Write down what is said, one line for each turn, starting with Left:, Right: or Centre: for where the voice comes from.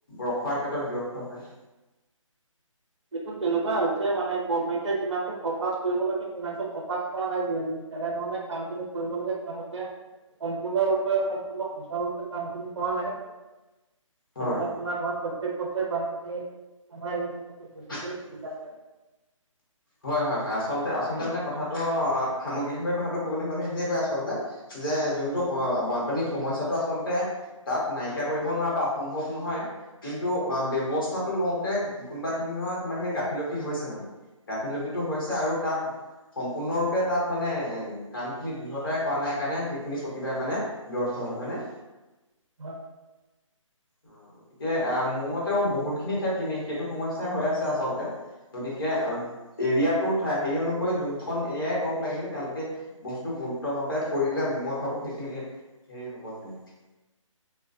Left: ৰখোৱাৰ ক্ষেত্ৰত ব্যৰ্থ হয়।
Right: শত তেনেকুৱা হৈছে মানে, গভমেণ্টে যিমানটো ফকাচ কৰিব লাগে সিমানটো ফকাচ কৰা নাই, <unintelligible> তেনেধৰণে কাম খিনি কৰিব লাগে তেওঁলোকে সম্পূৰ্ণ ৰূপে, সম্পূৰ্ণ সুচাৰু ৰূপে কাম খিনি কৰা নাই। সেইকাৰণে
Left: হয়
Right: তোমাৰ ধৰা প্ৰত্যেক বছৰে বানপানী, আমাৰ <unintelligible>
Left: <unintelligible>
Right: হয়
Left: হয়, হয়, হয়, আচলতে, আচলতে মানে কথাটো অ', সামগ্ৰিকভাৱে কথাটো ক'বলৈ গ'লে সেনেকুৱাই আচলতে। যে যোনটো স বানপানীৰ সমস্যটো আচলতে তাক নাইকিয়া কৰিব নোৱাৰা বা অসম্ভৱ নহয় কিন্তু অ', ব্যৱস্থাটো লওঁতে, কোনোবা খিনি নহয়, কোনোবা খিনি গাফিলতি হৈছে মানে। গাফিলতিটো হৈছে আৰু তাত সম্পূৰ্ণৰূপে, তাত মানে কামখিনি দৃঢ়তাৰে কৰা নাই কাৰণে সেইখিনি প্ৰতিবাৰে মানে ব্যৰ্থ হয়, হয় নে?
Right: হয়।
Left: অ', গতিকে আ, মোৰমতেও বহুতখিনি ঠাইত তিনি সেইটো সমস্যাই হৈ আছে, আচলতে। গতিকে অ', এৰিয়াটোত থা হেৰি অনুসৰি, যোনখন এৰিয়াই কওক লাগিলে, তেওঁলোকে বস্তুতটো গুৰুত্ব ভাৱে কৰিলে, মই ভাবো সেইখিনি হেৰি হ'ব চাগে।